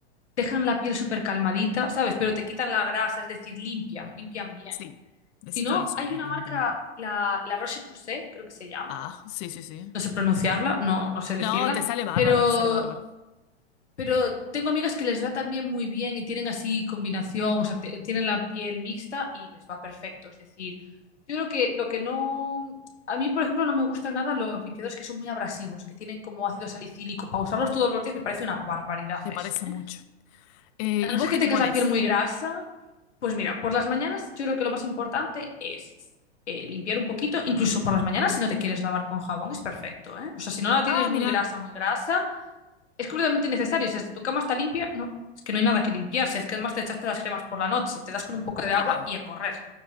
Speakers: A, on the left; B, on the left.
A: dejan la piel súper calmadita, ¿sabes? Pero te quitan la grasa, es decir, limpian, limpian bien.
B: Sí, necesito
A: Si no,
B: eso,
A: hay
B: que me
A: una
B: limpien
A: marca,
B: bien.
A: la, la Roche-Posay, creo que se llama,
B: Ah, sí, sí, sí.
A: no sé pronunciarla, no, no sé decirla,
B: No, te sale bárbara,
A: pero,
B: te sale bárbara.
A: pero tengo amigas que les va también muy bien y tienen así combinación, o sea, te- tienen la piel mixta y les va perfecto. Es decir, yo creo que lo que no... A mí, por ejemplo, no me gustan nada los limpiadores que son muy abrasivos, que tienen como ácido salicílico. Para usarlos todos los días me parece una barbaridad
B: Te
A: eso.
B: parece
A: ¿eh?
B: mucho. Eh,
A: A
B: ¿y
A: no
B: vos
A: ser que
B: qué
A: tengas
B: te pones?
A: la piel muy grasa, pues mira, por las mañanas yo creo que lo más importante es eh, limpiar un poquito, incluso por las mañanas si no te quieres lavar con jabón es perfecto, ¿eh? O sea, si no la tienes
B: Ah,
A: muy
B: mira,
A: grasa, muy grasa, es completamente innecesario. O sea, si tu cama está limpia, no, es que no hay nada que limpiar. Si es que además te echaste las cremas por la noche, te das con un poco de
B: claro.
A: agua y a correr.